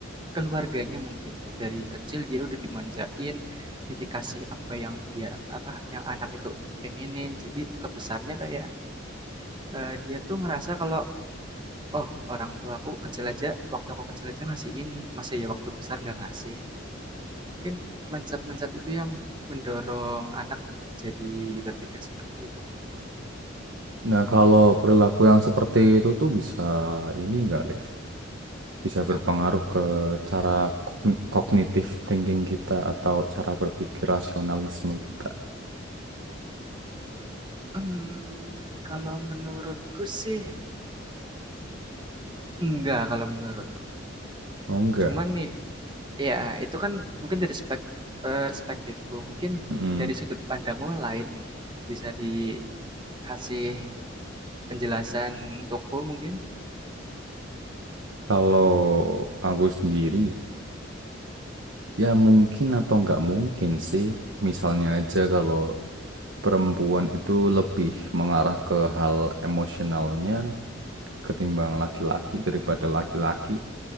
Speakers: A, on the right (about 25°); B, on the right (about 70°).
A: keluarganya mungkin ya, dari kecil dia udah dimanjain, dia dikasih apa yang dia apa, yang anak itu pengenin. Jadi kebesarnya kayak, eee, dia tuh ngerasa kalau, "Oh, orang tuaku kecil aja waktu aku kecil aja ngasih ini, masa ya waktu besar nggak ngasih?" Mungkin mindset-mindset itu yang mendorong anak jadi berpikir seperti itu mungkin.
B: Nah, kalau perilaku yang seperti itu tuh bisa ini nggak, Liv? Bisa berpengaruh
A: Apa?
B: ke cara kogn- kognitif thinking kita atau cara berpikir rasionalisme kita.
A: Mmm, kalau menurutku sih enggak kalau menurutku.
B: Oh, enggak.
A: Cuman nih ya itu kan mungkin dari spek perspektifku, mungkin
B: mm
A: dari sudut pandangmu lain mungkin. Bisa dikasih penjelasan untukku mungkin?
B: Kalau aku sendiri, ya mungkin atau nggak mungkin sih. Misalnya aja kalau perempuan itu lebih mengarah ke hal emosionalnya ketimbang laki-laki daripada laki-laki.